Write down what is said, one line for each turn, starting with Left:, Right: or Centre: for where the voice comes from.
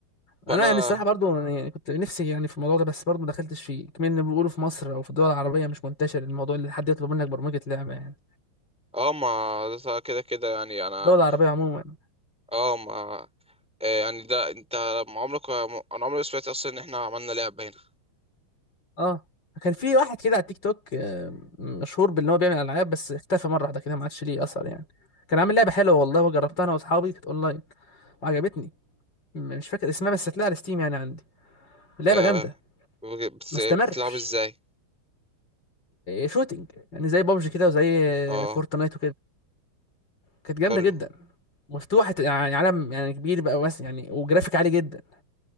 Centre: فانا
Left: انا يعني الصراحه برضو يعني كنت نفسي يعني في الموضوع ده بس برضو ما دخلتش فيه كمان بيقولوا في مصر او في الدول العربيه مش منتشر الموضوع اللي حد يطلب منك برمجه لعبه يعني
Centre: اه ما ده كده كده يعني انا
Left: الدول العربيه عموما
Centre: اه ما آه، يعني ده انت ما عمرك انا عمري ما سمعت اصلا ان احنا عملنا لعبة هنا
Left: اه كان في واحد كده على التيك توك آه، مشهور بان هو بيعمل العاب بس اختفى مره واحده كده ما عادش ليه اثر يعني كان عامل لعبه حلوه والله وجربتها انا واصحابي كانت اونلاين وعجبتني م- مش فاكر اسمها بس هتلاقيها على ستيم يعني عندي اللعبه
Centre: آه،
Left: جامده
Centre: بت-
Left: ما استمرش
Centre: بتلعب ازاي
Left: شوتينج يعني زي بابجي كده وزي
Centre: اه
Left: آه، فورتنايت وكده كانت جامده
Centre: حلو
Left: جدا مفتوحه يعني عالم يعني كبير بقى بس يعني وجرافيك عالي جدا